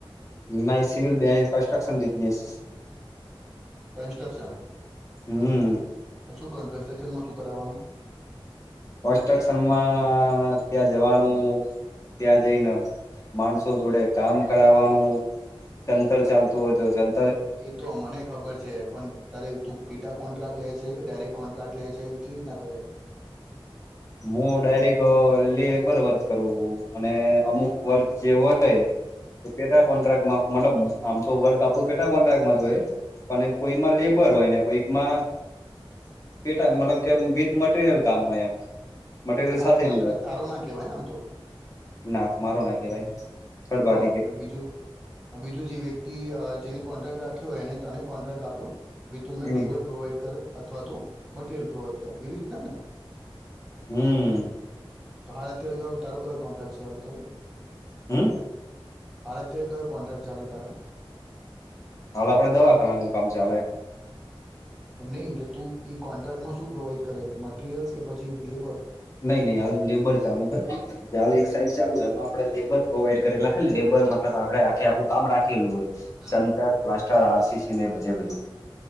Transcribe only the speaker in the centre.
કન્સ્ટ્રક્શન?
શું કન્સ્ટ્રક્શનમાં શું કરાવાનું.
એ તો મને ખબર છે પણ તારે તું પેટા કોન્ટ્રાક્ટ લેય છે કે ડાયરેક્ટ કોન્ટ્રાક લેય છે કેવી રીતના કરે છે.
એલે આ
કોન્ટ્રાક્ટ
તારો ના કેવાયને આમ તો?
હા
એટલે
બીજું? બીજું જે વ્યક્તિ જેને કોન્ટ્રાક્ટ રાખ્યો એને તને કોન્ટ્રાક્ટ આપ્યો? ભી તું મને લેબર
પ્રોવાઈડ કર અથવા તો મટીરિયલ પ્રોવાઈડ કરે એવી રીતના ને?
તો હાલ અત્યારે તો કોઈ કોન્ટ્રાક્ટ છે હાલ તો
અરે તે કયો કોન્ટ્રાક્ટ ચાલે તારા?
નહીં એટલે તું એ કોન્ટ્રાક્ટમાં શું પ્રોવાઈડ કરે છે મટરિયલ્સ કે પછી લેબર?
હમ